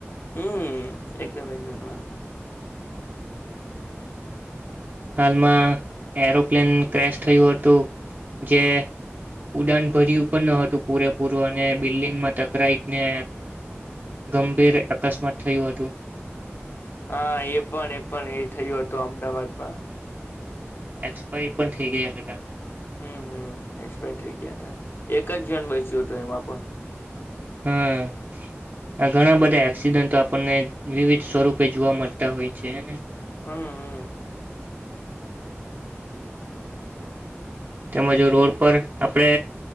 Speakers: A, on the left; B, on the right.
A: હમ એકદમ એકદમ હા
B: હાલમાં એરોપ્લેન ક્રેશ થયું હતું જે ઉડાન ભર્યું પણ ન હતું પૂરેપૂરું અને બિલ્ડિંગમાં ટકરાઈને ગંભીર અકસ્માત થયું હતું.
A: હા એ પણ એ પણ એ જ. થયો હતો અમદાવાદમાં.
B: એક્સપાયડ પણ થઈ ગયા હતા હતા.
A: હમ્મ-હમ્મ એક્સપાયર થઈ ગયા તા, એક જણ બયચું તું એમાં પણ.
B: હા આ ઘણા બધા એક્સિડન્ટો આપણને વિવિધ સ્વરૂપે જોવા મળતા હોય છે હે ને.
A: હમ્મ-હમ્મ.
B: તેમજ રોડ પર આપણે